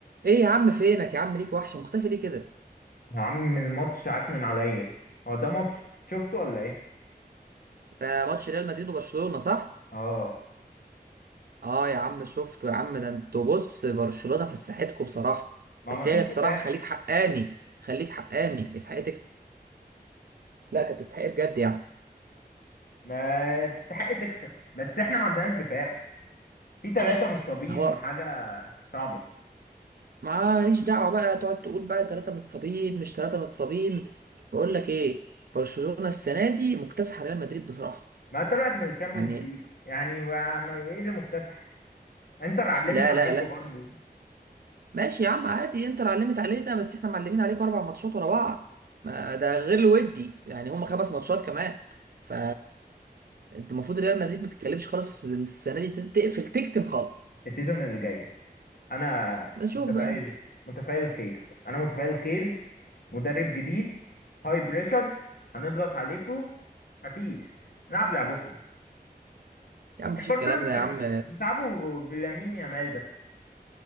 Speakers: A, on the right; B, on the left.
A: ايه يا عم فينك يا عم ليك وحشه مختفي ليه كده
B: يا عم الماتش عكنن عليا هو ده ماتش شفته ولا ايه
A: ده ماتش ريال مدريد وبرشلونه صح
B: اه
A: اه يا عم شفته يا عم ده انتوا بص برشلونه فسحتكم بصراحه
B: ما
A: بس
B: ما فيش
A: هي الصراحه
B: دفاع
A: خليك حقاني خليك حقاني تستحق تكسب لا كانت تستحق بجد يعني
B: ما تستحق تكسب بس احنا ما عندناش دفاع في ثلاثة متصابين
A: ما هو
B: وحاجة صعبة
A: ما ماليش دعوه بقى تقعد تقول بقى ثلاثه متصابين مش ثلاثه متصابين بقول لك ايه برشلونه السنه دي مكتسحه ريال مدريد بصراحه
B: ما طلعت من الشامبيونز
A: يعني
B: ليج يعني ما ما- ايه اللي مكتسح انتر علمت
A: لا
B: عليكم
A: لا لا
B: برضو
A: ماشي يا عم عادي انتر علمت علينا بس احنا معلمين عليكم اربع ماتشات ورا بعض ما ده غير الودي يعني هم خمس ماتشات كمان ف انت المفروض ريال مدريد ما تتكلمش خالص السنه دي ت- تقفل تكتم خالص
B: السيزون اللي جاي انا
A: نشوف
B: متفائل
A: بقى
B: متفائل خير انا متفائل خير مدرب جديد هاي بريشر هنضغط عليكم مفيش نلعب لعبكم
A: يا عم مفيش
B: يعني برشلونة
A: الكلام
B: دي
A: ده
B: فرقة
A: يا عم
B: بتلعبوا بلامين يامال بس